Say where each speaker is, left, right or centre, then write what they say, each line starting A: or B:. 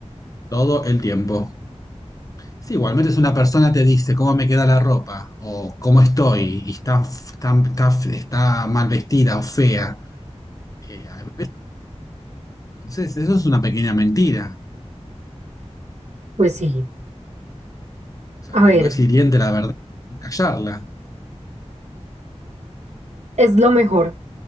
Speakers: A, on the left (about 30°); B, on the right (about 80°).
A: todo el tiempo. Sí, igualmente es una persona te dice cómo me queda la ropa o cómo estoy y está, f- está, está f- está mal vestida o fea. Eh, a veces, entonces, eso es una pequeña mentira.
B: Pues sí,
A: O sea,
B: a
A: cuando
B: ver,
A: es hiriente la verdad, hay que callarla.
B: es lo mejor.